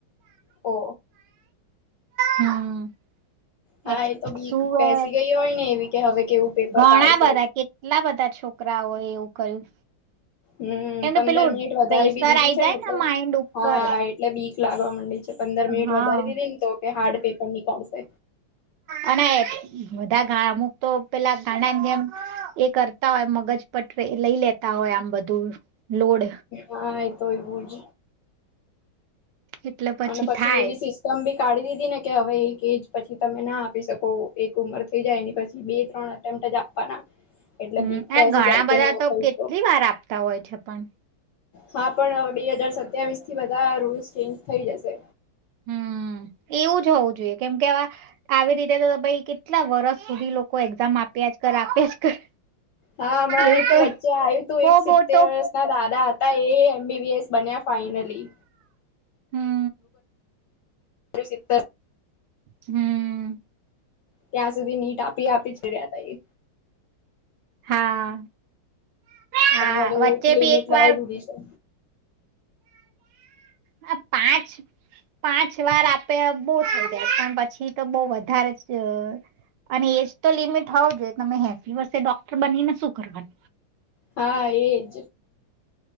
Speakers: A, on the left; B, on the right.
A: ઓ
B: હમ
A: હા
B: એક
A: એ તો બીક
B: શું
A: પેસી ગઈ હોય ને એવી કે હવે કેવું પેપર
B: ઘણા
A: કાઢશે
B: બધા કેટલા બધા છોકરાઓ એવું કર્યું.
A: હમ
B: કેમ
A: પંદર
B: કે પેલું
A: મિનિટ વધારે
B: પ્રેશર
A: બી દીધી
B: આઈ
A: છે
B: જાય
A: ને એટલે
B: માઈન્ડ ઉપર
A: હા એટલે બીક લાગવા માંડી છે પંદર મિનિટ
B: હા
A: વધારે દીધી ને તો કે હાર્ડ પેપર નીકાળશે
B: અને બધા અમુક તો પેલા ગાના જેમ એ કરતા હોય મગજ પટ લઈ લેતા હોય આમ બધું લોડ
A: હા એ તો એવું જ
B: એટલે
A: અને પછી
B: થાય
A: એવી સિસ્ટમ બી કાઢી દીધી ને કે હવે એક એજ પછી તમે ના આપી શકો એક ઉમર થઈ જાય એની પછી બે ત્રણ એટેમપ જ આપવાના એટલે
B: હમ
A: બીક
B: એ
A: પેસી
B: ઘણા
A: જાય
B: બધા
A: કે ના
B: તો
A: થયું
B: કેટલી વાર આપતા હોય છે પણ
A: હા પણ હવે બે હજાર સત્યાવીસથી બધા રૂલ્સ ચેન્જ થઈ જશે.
B: હમ એવું જ હોવું જોઈએ કેમ કે આવી રીતે તો ભાઈ કેટલા વર્ષ સુધી લોકો એક્ઝામ આપ્યા જ કર આપ્યા જ કર.
A: હા હમણાં
B: એવું
A: એક
B: તો
A: વચ્ચે આવ્યું તું
B: બો
A: એક સિત્તેર
B: બો તો
A: વર્ષ ના દાદા હતા એ એમબીબીએસ. બન્યા ફાઇનલી.
B: હમ.
A: સ <inaudible>
B: હમ.
A: ત્યાં સુધી નીટ આપી આપી ચડ્યા ત એ.
B: હા. હા
A: પણ હવે
B: વચ્ચે
A: એક લિમિટ
B: બી
A: લાવી
B: વાર
A: દીધી છે.
B: હ પાંચ પાંચ વાર આપે બહ થઈ જાય પણ પછી તો બહ વધારે જ અને એજ તો લિમિટ હોવ જોઈએ તમે હેફી વર્સે ડોક્ટર બનીને શું કરવાનું.
A: હા એજ.